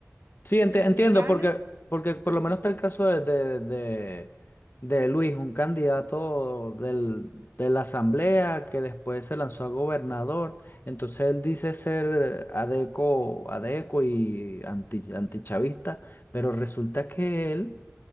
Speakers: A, on the left; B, on the right.
A: Sí,
B: el
A: enti- entiendo,
B: que gane,
A: porque, porque por lo menos está el caso de, de, de- de Luis, un candidato del- de la asamblea que después se lanzó a gobernador. Entonces él dice ser adeco, adeco y anti, antichavista, pero resulta que él